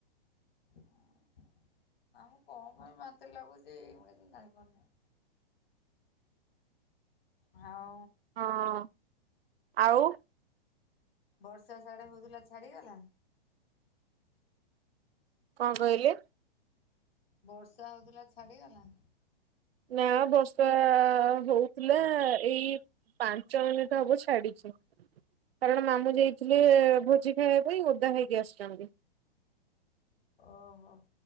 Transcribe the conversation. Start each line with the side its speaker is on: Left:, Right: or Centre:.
Left: ହଁ ଆମକୁ କଣ ପାଇଁ ବାନ୍ତିରେ ଲାଗୁଛି ମୁଁ କିଛି ଜାଣିପାରୁନି। ହଉ
Right: ହଁ ଆଉ
Left: ବର୍ଷା ସଢେ ହଉଥିଲା ଛାଡିଗଲା?
Right: କଣ କହିଲେ?
Left: ବର୍ଷା ହଉଥିଲା ଛାଡିଗଲା?
Right: ନା ବର୍ଷା ହଉଥିଲା ଏଇ ପାଞ୍ଚ ମିନିଟ୍ ହବ ଛାଡିଛି। କାରଣ ମାମୁଁ ଯାଇଥିଲେ ଭୋଜି ଖାଇବା ପାଇଁ ଓଦା ହେଇକି ଆସିଛନ୍ତି।
Left: ଓହୋ।